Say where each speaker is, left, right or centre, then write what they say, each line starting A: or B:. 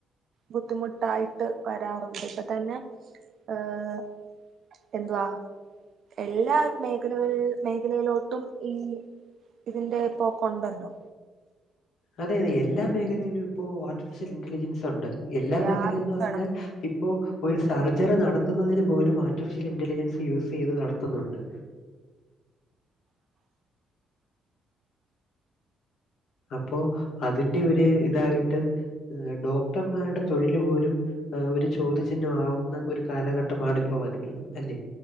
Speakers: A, on the right; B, on the left.
A: ബുദ്ധിമുട്ടായിട്ട് വരാറുണ്ട് ഇപ്പ തന്നെ ഏഹ് എന്തുവാ എല്ലാ മേഖലകൾ മേഖലയിലോട്ടും ഈ ഇതിന്റെ പ്പോ കൊണ്ടല്ലോ
B: അതെ അതെ എല്ലാ മേഖലയിലും ഇപ്പോ ആർട്ടിഫിഷ്യൽ ഇന്റലിജൻസ് ഉണ്ട് എല്ലാ
A: വ്യാപിച്ച്
B: മേഖലയെന്ന് പറഞ്ഞാൽ
A: കിടക്കുന്നത്
B: ഇപ്പോ ഒരു സർജറി നടത്തുന്നതിന് പോലും ആ ർട്ടിഫിഷ്യൽ ഇന്റലിജൻസ് യൂസ് ചെയ്ത് നടത്തുന്നുണ്ട് അപ്പോ അതിന്റെ ഒരു ഇതായിട്ട് ഡോക്ടർമാരുടെ തൊഴില് പോലും ആഹ് ഒരു ചോദ്യചിഹ്നമാവുന്ന ഒരു കാലഘട്ടമാണ് ഇപ്പോ വരുന്നത് അല്ലെ